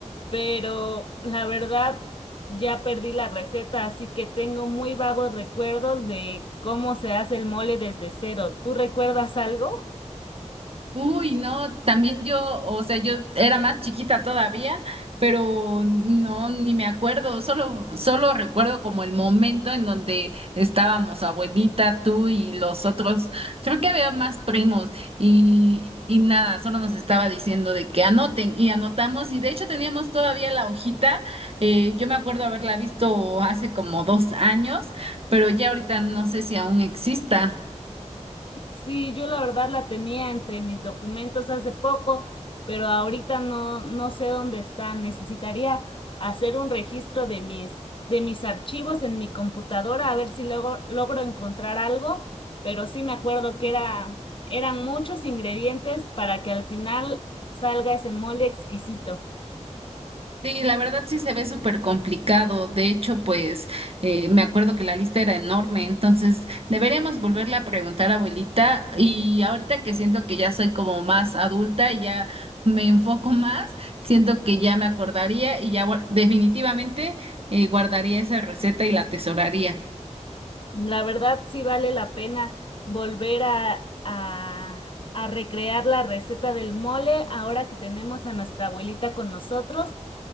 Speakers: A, on the left; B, on the right.
A: pero la verdad ya perdí la receta, así que tengo muy vagos recuerdos de cómo se hace el mole desde cero. ¿Tú recuerdas algo?
B: Uy, no, también yo, o sea, yo era más chiquita todavía, pero no, ni me acuerdo, solo, solo recuerdo como el momento en donde estábamos abuelita, tú y los otros, creo que había más primos y, y nada, solo nos estaba diciendo de que anoten y anotamos y de hecho teníamos todavía la hojita, eh, yo me acuerdo haberla visto hace como dos años, pero ya ahorita no sé si aún exista.
A: Sí, yo la verdad la tenía entre mis documentos hace poco, pero ahorita no, no sé dónde está. Necesitaría hacer un registro de mis, de mis archivos en mi computadora a ver si luego logro encontrar algo, pero sí me acuerdo que era, eran muchos ingredientes para que al final salga ese mole exquisito.
B: Sí, la verdad sí se ve súper complicado. De hecho, pues eh, me acuerdo que la lista era enorme, entonces deberíamos volverle a preguntar a abuelita. Y ahorita que siento que ya soy como más adulta y ya me enfoco más, siento que ya me acordaría y ya guar- definitivamente eh, guardaría esa receta y la atesoraría.
A: La verdad sí vale la pena volver a, a, a recrear la receta del mole ahora que tenemos a nuestra abuelita con nosotros